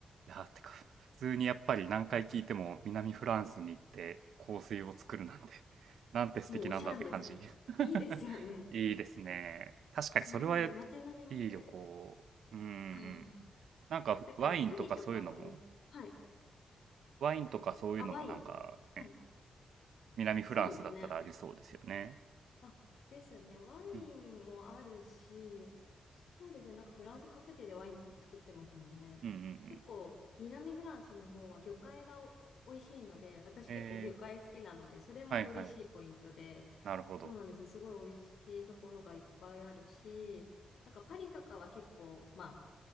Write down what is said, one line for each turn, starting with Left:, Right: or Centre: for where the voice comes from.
Right: いや、てか、普通にやっぱり何回聞いても南フランスに行って香水を作るなんて、
Left: はい
Right: <laughs> なんて素敵なんだって感じ。
Left: もうおしゃんですよね。
Right: <laughs>
Left: いいですよね。
Right: いいですね。確かにそれはい
Left: そうなんです。街並みも綺麗で。
Right: い旅行。うんうん。
Left: はい。
Right: なんかワインとかそういうのも、
Left: だからパリとかもね。はい。
Right: ワインとかそういうのもなんか、
Left: あ、ワイン。はい。
Right: ね、南フランスだったらありそうですよね。
Left: そうですね。あ、ですね。ワインもあるし、
Right: うん。
Left: そうですね。なんかフランス各地でワイン作ってますもんね。
Right: うんうんうん。
Left: 結構、南フランスの方は魚介がお美味しいので、私結構魚介好きなので、
Right: え
Left: それも嬉しいポイントで、
Right: ー、はいはい。なるほど。
Left: そうなんですよ。すごい美味しいところがいっぱいあるし、なんかパリとかは結構、ま